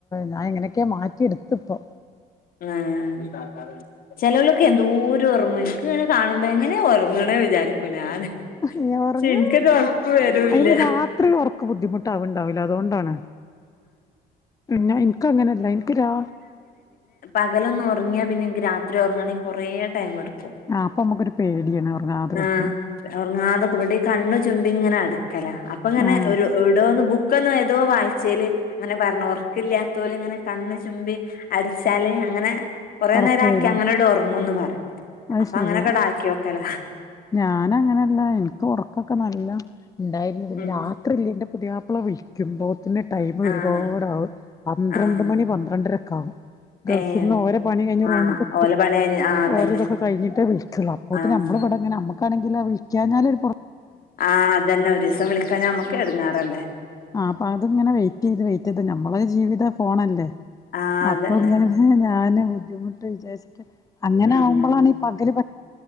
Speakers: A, on the left (about 20°); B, on the left (about 60°).
A: ഞാൻ എങ്ങനെയൊക്കെ മാറ്റി എടുത്ത് ഇപ്പൊ
B: ആഹ് ചെലവ് എന്തോരം ഉറങ്ങും എനിക്ക് ഇങ്ങനെ കാണുന്നെ എങ്ങനെ ഉറങ്ങണേ വിചാരിക്കും ഞാന്
A: ഇനി ഉറങ്ങാ
B: എനിക്കത് ഉറക്ക് വരൂല്ല
A: അയിന് രാത്രി ഉറക്ക് ബുദ്ധിമുട്ടാവണ്ടാവില്ല അതുകൊണ്ടാണ് പിന്നെ എനിക്ക് അങ്ങനെയല്ല എനിക്ക് രാ
B: അകലൊന്നന്ന് ഉറങ്ങിയാ പിന്നെ രാത്രി ഉറങ്ങണെങ്കിൽ കുറെ ടൈം എടുക്കും
A: ആ അപ്പൊ നമ്മുക്കൊരു പേടിയാണ് ഉറങ്ങാതെ
B: ആ
A: കിടക്കുമ്പോ
B: ഉറങ്ങാതെ വട്ടി കണ് ച ഇങ്ങനാട് ല അപ്പൊ ഇങ്ങനെ
A: ആഹ്
B: ഒരു ഇവടെോന്ന് ബുക്ക് എല്ലാം എന്തോ വഴച്ചൽ അങ്ങനെ പറഞ്ഞ ഉറക്കില്ലാത്ത പോലും ഇങ്ങനെ കണ്ണ് ചുമ്പി അടിച്ചാല് അങ്ങനെ കുറെേ
A: ഉറക്കം
B: നേരം ആക്കി
A: വരും
B: അങ്ങനെട് ഉറങ്ങുംന്ന് പറ
A: അത്
B: അപ്പൊ
A: ശരി
B: അങ് നെൊക്കെടാക്കിക്കല
A: ഞാൻ അങ്ങനെയല്ല എനിക്ക് ഉറക്കൊക്കെ നല്ല ഉണ്ടായിരുന്നതിന്
B: ഉം
A: രാത്രി ഇല്ല പുതിയയാപ്പള വിഴിക്കുമ്പോ ന് ടൈമ ഒരുപാട
B: ആഹ്
A: ആകും പന്ത്രണ്ട്
B: ആഹ്
A: മണി പന്ത്രണ്ടര കൗ ഗൾഫിൽ
B: ഏഹ്
A: നിന്ന് ഓരോ പണിഴിഞ്ഞ റൂമൊക്ക
B: ആഹ് ഓലെ പണി കഴിഞ്ഞ് ആഹ് അതന്നെ
A: എഓരോന്നു കഴിഞ്ഞിട്ടേ വിളുള്ളൂ അപ്പോഴത്തന്ന
B: ആഹ്
A: നമ്മ ഇവിടെങ്ങെ നമുക്ക വിിക്ക <unintelligible>
B: ആഹ അതന്നെ ഒരു ദിവസം വിളിക്കാ നമ്മുക്ക് എടുങ്ങാറല്ലേ
A: ആ് അപ്പൊ അത് ഇങ്ങനെ വെയിറ്റ് ചെയ്ത് വെയിറ്റ് ചെയ്ത് നമ്മളരു ജീവിത ഫോണല്ലേ
B: ആഹ്
A: അപ്പൊങ്ങെ
B: അതന്നെ
A: ഞാന് ബുദ്ധിമുട്ട് വിചാരിച്ചിട്ട് അങ്ങനെ
B: ഉം
A: ആകുമ്പോളാണ് ഈ പകര്